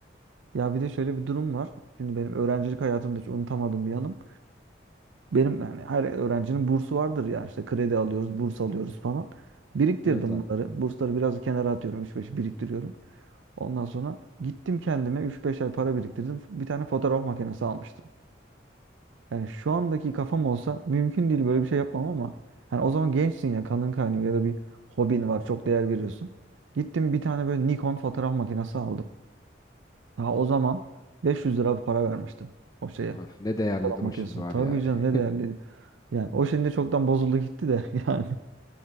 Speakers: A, on the right (about 85°); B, on the left (about 20°).
A: Ya bir de şöyle bir durum var. Şimdi benim öğrencilik hayatımda hiç unutamadığım bir yanım. Benim yani her öğrencinin bursu vardır ya işte kredi alıyoruz, burs alıyoruz falan. Biriktirdim
B: Evet abi.
A: bunları. Bursları biraz kenara atıyorum. üç beş biriktiriyorum. Ondan sonra gittim kendime üç beş ay para biriktirdim. Bir tane fotoğraf makinesi almıştım. Yani şu andaki kafam olsa mümkün değil böyle bir şey yapmam ama hani o zaman gençsin ya kanın kaynıyor ya da bir hobin var çok değer veriyorsun. Gittim bir tane böyle Nikon fotoğraf makinesi aldım. Daha o zaman 500 lira para vermiştim o şeye.
B: Öf ne değerlidir
A: Fotoğraf makinesine.
B: o şimdi var
A: Tabii
B: ya.
A: canım
B: <laughs>
A: ne değerliydi. Yani o şimdi çoktan bozuldu gitti de <laughs> yani.